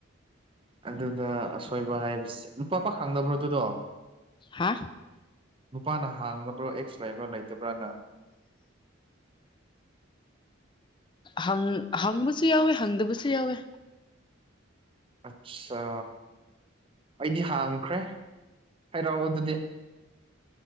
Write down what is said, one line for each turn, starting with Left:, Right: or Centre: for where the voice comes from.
Right: ꯑꯗꯨꯗ ꯑꯁꯣꯏꯕ ꯍꯥꯏꯕꯁꯦ ꯅꯨꯄꯥ ꯄ ꯈꯪꯗꯕ꯭ꯔꯣ ꯑꯗꯨꯗꯣ
Left: ꯍꯥ
Right: ꯅꯨꯄꯥꯅ ꯍꯥꯡꯂꯕ꯭ꯔꯥ ꯑꯦꯛꯁ ꯂꯩꯕ꯭ꯔꯥ ꯂꯩꯇꯕ꯭ꯔꯅ
Left: ꯍꯪ ꯍꯪꯕꯨꯁꯨ ꯌꯥꯎꯋꯦ ꯍꯪꯗꯕꯨꯁꯨ ꯌꯥꯎꯋꯦ
Right: ꯑꯠꯆꯥꯥ ꯑꯩꯗꯤ ꯍꯥꯡꯈ꯭ꯔꯦ ꯍꯥꯏꯔꯛꯑꯣ ꯑꯗꯨꯗꯤ